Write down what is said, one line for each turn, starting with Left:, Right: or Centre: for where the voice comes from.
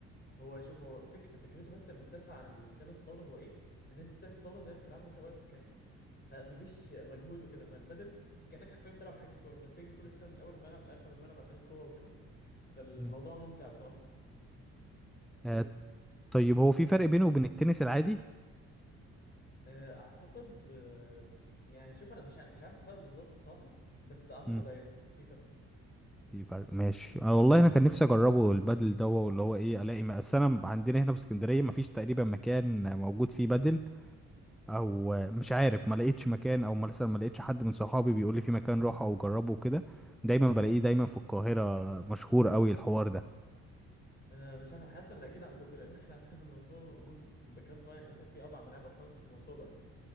Left: هو شوف هو فك... فكرته بس المختلفه عن التنس الطاوله هو ايه ان انت التنس الطاوله دايما بتلعبه وانت واقف مكانك فمفيش مجهود وكده ما البدل كانك حرفيا بتلعب حجز كوره انت بتجري كل شويه من اول الملعب لاخر الملعب عشان الكوره وكده فالموضوع
Centre: مم.
Left: ممتع بصراحة
Centre: آه طيب هو في فرق بينه وبين التنس العادي
Left: وأعتقد يعني شوف أنا مش ع- مش عارف الفرق بالظبط بصراحة بس أعتقد
Centre: امم
Left: أيوه في فرق
Centre: في فرق ماشي أنا والله انا كان نفسي اجربه البادل ده واللي هو ايه الاقي ما- اصل انا عندنا هنا في اسكندرية ما فيش تقريبا مكان موجود فيه بادل او آه، مش عارف ما لقيتش مكان او مثلا ما لقيتش حد من صحابي بيقول لي في مكان روح او جربه وكده دايما بلاقيه دايما في القاهرة مشهور قوي الحوار
Left: أنا مش عارف أنا حاسس إن أكيد عندكم لأن إحنا عندنا في المنصورة موجود بكثرة يعني مثلا في أربع ملاعب أو خمسة في المنصورة بس